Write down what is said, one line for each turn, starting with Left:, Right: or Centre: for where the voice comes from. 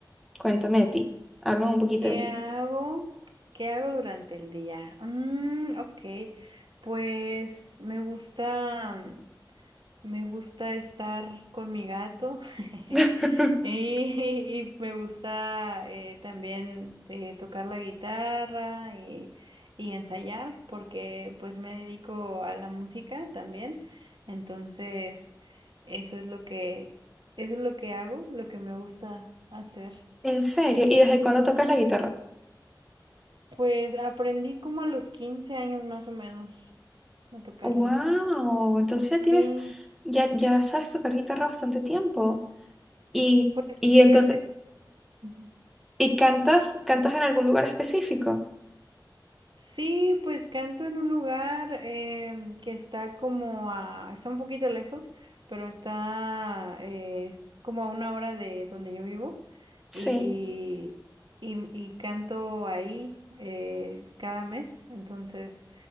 Centre: Cuéntame de ti, háblame un poquito
Right: ¿qué
Centre: de ti.
Right: hago? ¿Qué hago durante el día? Mm, ok, pues me gusta, mm, me gusta estar con mi gato. <laughs>
Centre: <laughs>
Right: <laughs> Y, y me gusta eh, también eh, tocar la guitarra y, y ensayar porque pues me dedico a la música también. Entonces, eso es lo que, eso es lo que hago, lo que me gusta hacer.
Centre: ¿En serio? ¿Y desde cuándo
Right: Ujú.
Centre: tocas la guitarra?
Right: Pues aprendí como a los 15 años más o menos a tocarla.
Centre: Wow, entonces ya
Right: Sí,
Centre: tienes, ya, ya sabes tocar guitarra bastante tiempo. Y,
Right: pues sí,
Centre: y entonces,
Right: hace... Ujú.
Centre: ¿y cantas, cantas en algún lugar específico?
Right: Sí, pues canto en un lugar em, que está como a, está un poquito lejos, pero está eh, es como a una hora de donde yo vivo
Centre: Sí.
Right: y, y- y canto ahí eh, cada mes, entonces